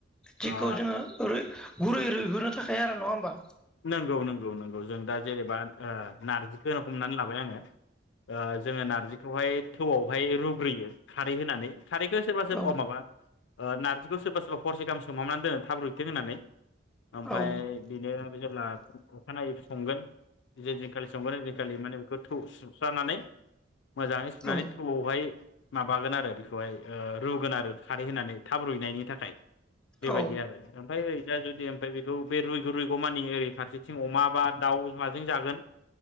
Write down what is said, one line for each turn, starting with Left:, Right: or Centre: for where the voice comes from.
Centre: जिखौ
Left: ओ
Centre: जोङो गुरै रुइहोनो थाखायायो आरो नङा होमबा
Left: नंगौ नंगौ नंगौ जों दा जेनेबा ओ नारजि नो हमनानै लाबाय आङो ओ जोङो नारजिखौहाय थौआवहाय रुग्रोयो खारै होनानै खारैखो सोरबा सोरा
Centre: औ
Left: अ माबा ओ नारजिखौ सोरबा सोरबा हरसे गाहाम सोमहाबना दोनो थाबरुयथों होननानै ओमफाय
Centre: औ
Left: बेनो जेब्ला अखानायै संगोन जे दिनखालि संगोन यैदिनखालि माने बेखौ थौ सुस्रानानै मोजाङै सुनानै
Centre: औ
Left: थौआवहाय माबागोन आरो बेखौहाय ओ रुगोन आरो खारै होनानै थाब रुइनायनि थाखाय। बेबायदि
Centre: औ
Left: आरो ओमफ्राय जुदि ओमफ्राय बेखौ बे रुइ रु गमानि ओरै फारसेथिं अमा बा दाउ माजों जागोन